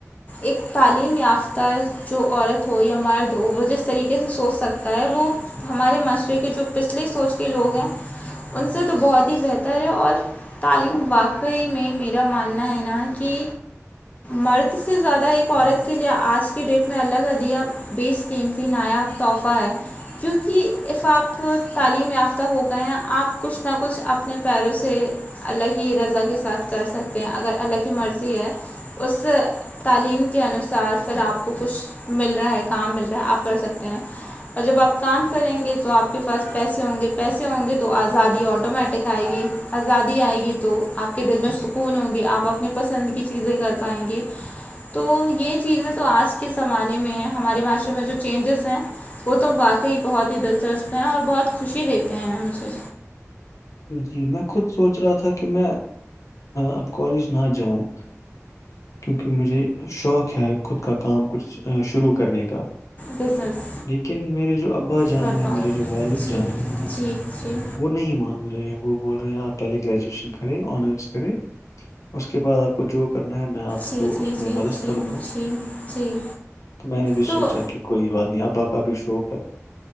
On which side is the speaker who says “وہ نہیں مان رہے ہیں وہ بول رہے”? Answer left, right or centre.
Left